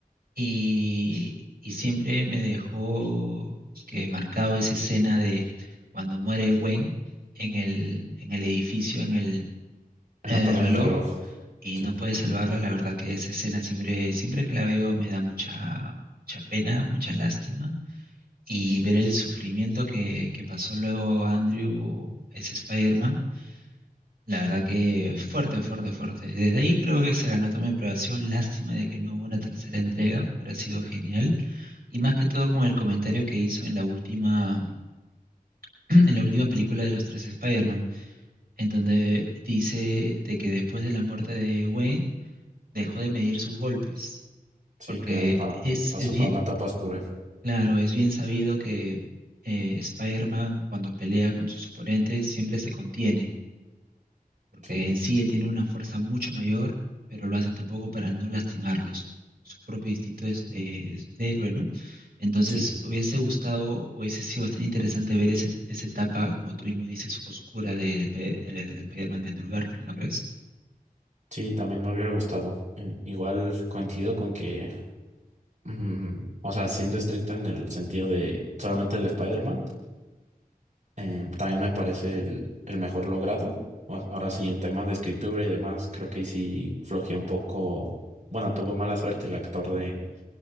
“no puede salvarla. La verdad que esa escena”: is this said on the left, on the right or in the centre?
Right